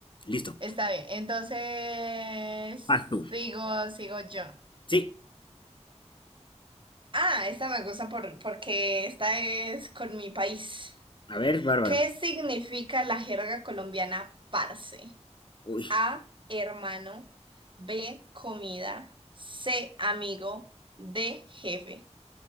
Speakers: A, on the left; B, on the right.
A: Listo.
B: Está bien. Entonces,
A: Vas tú.
B: digo, sigo yo.
A: Sí.
B: Ah, esta me gusta por, porque esta es con mi país.
A: A ver, bárbaro.
B: ¿Qué significa la jerga colombiana parce?
A: Uy.
B: A, hermano. B, comida. C, amigo. D, jefe.